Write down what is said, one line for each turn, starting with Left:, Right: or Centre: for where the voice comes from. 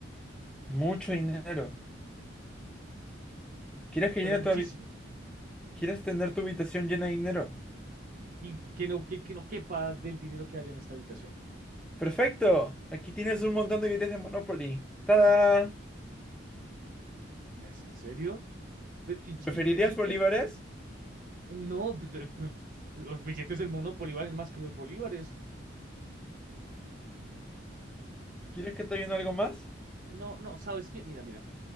Centre: Mucho dinero. ¿Quieres que
Right: pero
Centre: llene
Right: muchísimo,
Centre: tu habi- ¿Quieres tener tu habitación llena de dinero?
Right: y que no, que, que no quepa del dinero que haya en esta habitación.
Centre: ¡Perfecto! Aquí tienes un montón de billetes de Monopoly. ¡Tada!
Right: ¿Es en serio? Pero, y,
Centre: ¿Preferirías
Right: y- y yo
Centre: bolívares?
Right: que, no, de- de- los billetes del Monopoly valen más que los bolívares.
Centre: ¿Quieres que te ayude en algo más?
Right: No, no, ¿sabes qué? Mira, mira,